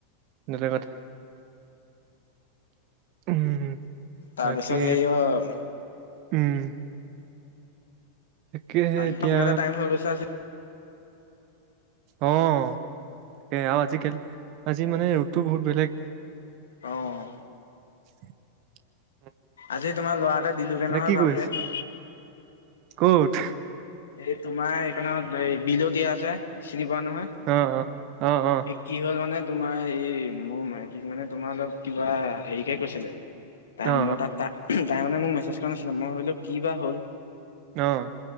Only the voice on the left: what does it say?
তাৰপিছত
হেৰি অ'
আজি
সোনকালে টাইম হৈ গৈছে আজি
অ'।
আজি তোমাৰ ল'ৰা এটাক দিলোগে
নহয়
ভালকে।
এই তোমাৰ এইকণত সেই বিল্লো দিয়া আছে চিনি পোৱা নহয়?
এই কি হ'ল মানে তোমাৰ এই মোৰ মাইকীক মানে তোমাৰ অলপ কিবা হেৰিকে কৈছিলে। তাই
মই তা তাই মানে মোক মেছেজ কৰা নাছিলে মই ভাবিলোঁ কি বা হ'ল।